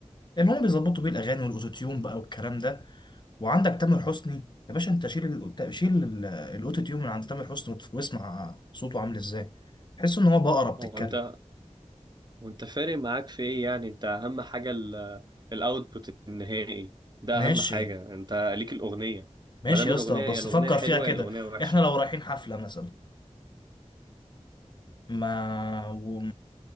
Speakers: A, on the left (about 40°); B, on the right (about 35°).
A: اللي هم بيظبطوا بيه الاغاني والاوتوتيون بقى والكلام ده وعندك تامر حسني يا باشا انت شيل ال... شيل ال- الاوتوتيون من عند تامر حسني وتف- واسمع صوته عامل ازاي تحس ان هو بقرة بتتكلم
B: هو انت وانت فارق معاك في ايه يعني انت اهم حاجة ال... الاوتبوت النهائي ده
A: ماشي
B: اهم حاجة انت ليك الاغنية
A: ماشي
B: ما دام
A: يا
B: الاغنية
A: اسطى بس
B: يا الاغنية
A: فكر
B: حلوة
A: فيها كده
B: يا الاغنية وحشة
A: احنا لو رايحين حفلة مثلا ما و...